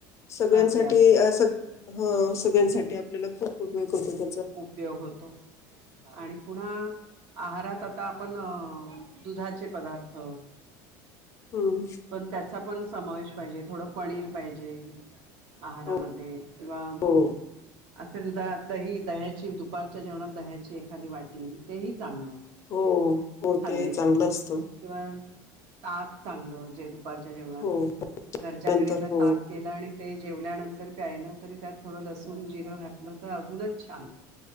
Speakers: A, on the left; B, on the right.
A: सगळ्यांसाठी
B: अगदी अगदी
A: ह सगळयान सगळ्यांसाठी आपल्याला ख हो <inaudible> हो
B: उपयोग होतो आणि पुन्हा आहारात आता आपण दुधाचे पदार्थ
A: हम
B: पण त्याचा पण समावेश पाहिजे, थोडं पनीर पाहिजे आहारामध्ये
A: हो
B: किंवा
A: हो
B: असे दुधा दही दह्याची दुपारच्या जेवणात दह्याची एखादी वाटी तेही चांगलं
A: हो हो
B: खाल्लेलं
A: ते चांगलं असतं.
B: किंवा ताक चांगलं जेवण दुपारच्या जेवणात
A: हो
B: घरच्या
A: नंतर
B: घरी जर
A: हो
B: ताक केल आणि ते जेवल्यानंतर प्यायलं तरी त्यात थोडं लसूण जिरं घातलं तर अजूनच छान